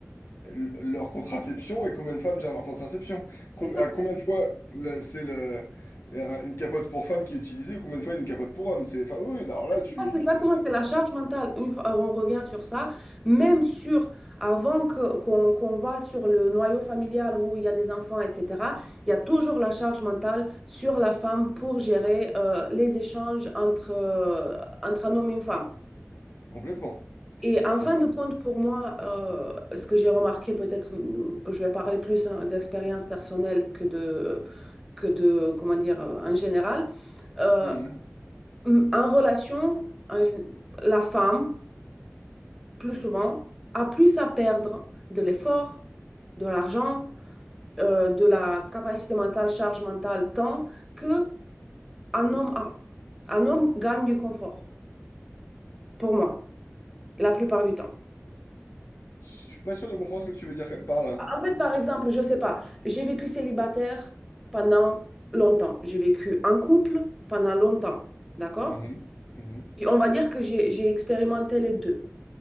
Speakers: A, on the left; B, in the centre.
A: l- leur contraception et combien de femmes gèrent leur contraception. Com-
B: C'est ça.
A: à combien de fois là, c'est le euh, une capote pour femme qui est utilisée ou combien de fois une capote pour homme. C'est enfin oui, oui, alors là, je
B: Je
A: suis
B: pense Exactement,
A: tout à fait d'accord.
B: c'est la charge mentale. Une fois, on revient sur ça, même sur avant que, qu'on, qu'on va sur le noyau familial où il y a des enfants, etc. Il y a toujours la charge mentale sur la femme pour gérer euh, les échanges entre, euh, entre un homme et une femme.
A: complètement,
B: Et en
A: complètement.
B: fin de compte, pour moi, euh, ce que j'ai remarqué, peut-être, mm, je vais parler plus hein, d'expérience personnelle que de, que de, comment dire, euh, en général. Euh,
A: Mhm.
B: mm, en relation, en gé- la femme, plus souvent, a plus à perdre de l'effort, de l'argent, euh, de la capacité mentale, charge mentale, temps, que un homme a. Un homme gagne du confort, pour moi, la plupart du temps.
A: Je suis pas sûr de comprendre ce que tu veux dire par là.
B: En fait, par exemple, je sais pas, j'ai vécu célibataire pendant longtemps. J'ai vécu en couple pendant longtemps, d'accord?
A: Mhm. Mhm.
B: Et on va dire que j'ai j'ai expérimenté les deux.